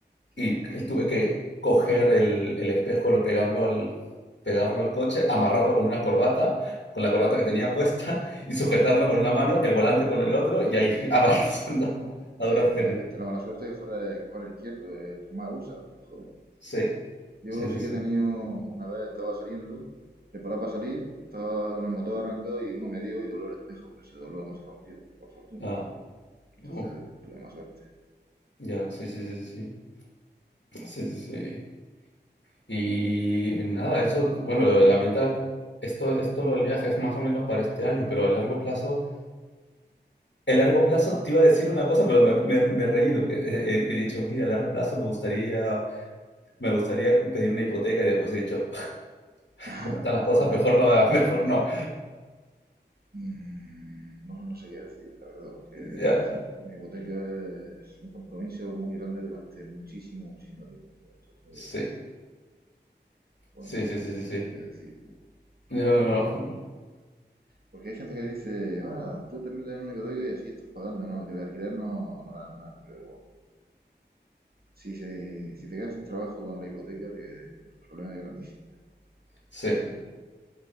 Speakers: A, on the right; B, on the left.
A: sí,
B: Y
A: sí. sí.
B: él tuve que coger el, el espejo, lo pegarlo al, pegarlo al coche, amarrarlo con una corbata, con la corbata que tenía puesta, <laughs> y sujetarlo con una mano, el volante con el otro, y ahí <laughs> avanzando
A: Oh, vaya,
B: a duras
A: y encima
B: penas.
A: tuviste la mala suerte que fuera, que fuera el izquierdo, el que más usa. Joder.
B: Sí,
A: Yo
B: sí,
A: sí
B: sí,
A: que
B: sí.
A: he tenido, una vez estaba saliendo, preparado para salir, estaba con el motor arrancado y uno me dio y dobló el espejo, pero se dobló, no se rompió, por fortuna.
B: Ah,
A: Entonces
B: uh,
A: tuve más suerte.
B: ya, sí, sí, sí, sí, sí, sí, sí. sí. Y nada, eso, bueno, lo de la meta, esto, esto lo del viaje es más o menos para este año, pero a largo plazo El largo plazo te iba a decir una cosa, pero me, me- me he reído. Que he, he- he dicho, mira, a largo plazo me gustaría, me gustaría pedir una hipoteca y después he dicho, <laughs>
A: <laughs>
B: como están las cosas,
A: bueno,
B: mejor no, <laughs> mejor no.
A: mmm, no, no sé qué decir, la verdad, porque
B: Ya,
A: sí, una hipoteca es un compromiso muy grande durante muchísimo, muchísimo tiempo. Entonces,
B: sí,
A: pues
B: sí,
A: no sé,
B: sí, sí, sí, sí.
A: no sé qué decir.
B: No,
A: Eh,
B: no, no,
A: Porque hay gente que dice, ah, tú también te dan un ecotoico y así estás pagando, ¿no? Que de alquiler no, no ganan nada, pero si, se, si te quedas sin trabajo con la hipoteca, te- el problema es grandísimo.
B: sí,
A: Entonces,